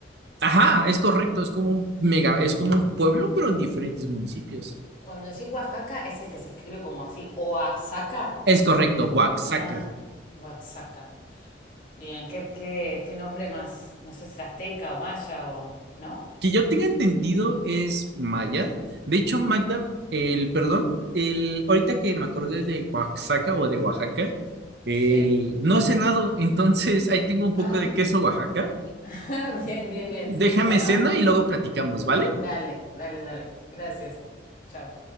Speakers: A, on the right; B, on the left.
A: Ajá, es correcto, es como un mega, es como un pueblo, pero en diferentes municipios.
B: Cuando decís Oaxaca es el que se escribe como así, Oaxaca.
A: Es correcto, Oaxaca.
B: Ah, Oaxaca. Bien, ¿qué, qué, qué nombre más? No sé, será azteca o maya o... ¿No?
A: que yo tenga entendido es maya. De hecho, Magda, el perdón, el, ahorita que me acordé de Oaxaca o de Oaxaca, el,
B: Sí.
A: no he cenado, entonces ahí tengo un poco
B: Ah,
A: de queso Oaxaca.
B: <laughs> bien, bien,
A: Déjame
B: bien. Bueno,
A: cena y luego platicamos, ¿vale?
B: Dale, dale, dale. Gracias. Chao.